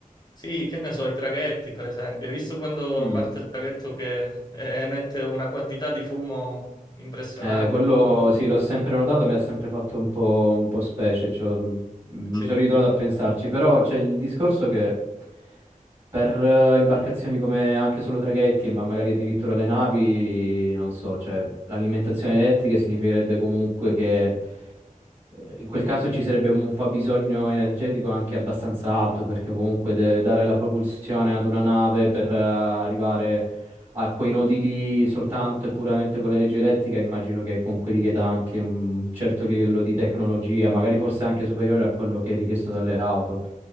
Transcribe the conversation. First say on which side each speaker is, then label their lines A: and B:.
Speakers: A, on the left; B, on the right.
A: Sì, che ne so, i traghetti, per esempio. Hai visto quando
B: Mm.
A: parte il traghetto che eh, emette una quantità di fumo impressionante?
B: Eh, quello sì, l'ho sempre notato, mi ha sempre fatto un po', un po' specie, cioè, mh, mi
A: Sì.
B: sono ritrovato a pensarci, però c'è il discorso che per eh, imbarcazioni come anche solo traghetti, ma magari addirittura le navi, non so, cioè l'alimentazione elettrica significherebbe comunque che Eh, In quel caso ci sarebbe un fabbisogno energetico anche abbastanza alto, perché comunque de- dare la propulsione ad una nave per eh, arrivare a quei nodi lì soltanto e puramente con l'energia elettrica, immagino che comunque richieda anche un certo livello di tecnologia, magari forse anche superiore a quello che è richiesto dalle auto.